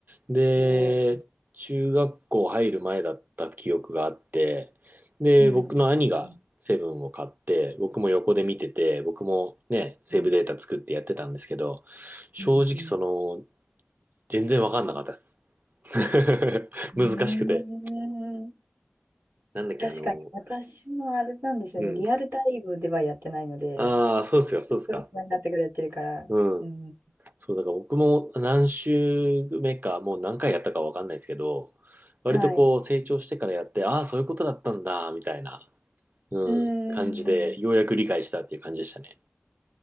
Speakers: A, on the right; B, on the right.
A: で、
B: うん。う
A: 中学校入る前だった記憶があって、で、
B: ん。
A: 僕の兄がセブンを買って、
B: うん。
A: 僕も横で見てて、僕もね、セーブデータ作ってやってたんですけど、
B: うん。
A: 正直その、
B: うん。
A: 全然わかんなかったです。<laughs>
B: うん。
A: 難しくて。
B: うん。
A: なんだっけ、
B: 確かに、
A: あの、
B: 私もあれなんですよね。
A: うん。
B: リアルタイムではやってないので、
A: ああ、そうっすか、そうっすか。
B: 大人になってからやってるから。
A: うん
B: うん。
A: そう、だから僕も何週目か、もう何回やったかわかんないですけど、割とこう成長してからやって、
B: はい。
A: ああー、そういうことだったんだ、みたいな、うん、
B: うんうんうん。
A: 感じで、ようやく理解したっていう感じでしたね。